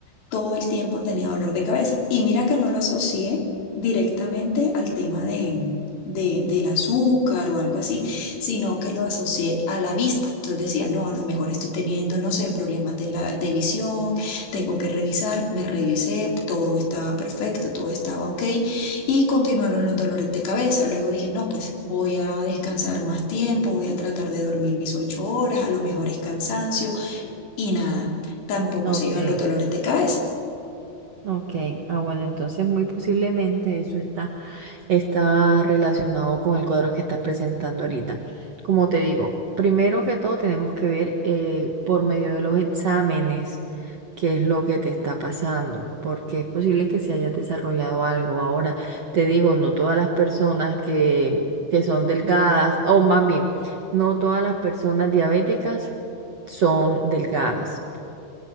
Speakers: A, on the left; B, on the right.
A: todo el tiempo tenía dolor de cabeza. Y mira que no lo asocié directamente al tema de, de- del azúcar o algo así, sino que lo asocié a la vista. Entonces decía, no, a lo mejor estoy teniendo, no sé, problemas de, la, de visión, tengo que revisar. Me revisé, todo estaba perfecto, todo estaba ok. Y continuaron los dolores de cabeza. Luego dije, no, pues voy a descansar más tiempo, voy a tratar de dormir mis ocho horas, a lo mejor es cansancio. Y nada, tampoco
B: Ok.
A: se iban los dolores de cabeza.
B: Ok, ah bueno, entonces muy posiblemente eso está, está relacionado con el cuadro que estás presentando ahorita. Como te digo, primero que todo tenemos que ver eh, por medio de los exámenes qué es lo que te está pasando, porque es posible que se haya desarrollado algo. Ahora, te digo, no todas las personas que, que son delgadas, o más bien, no todas las personas diabéticas son delgadas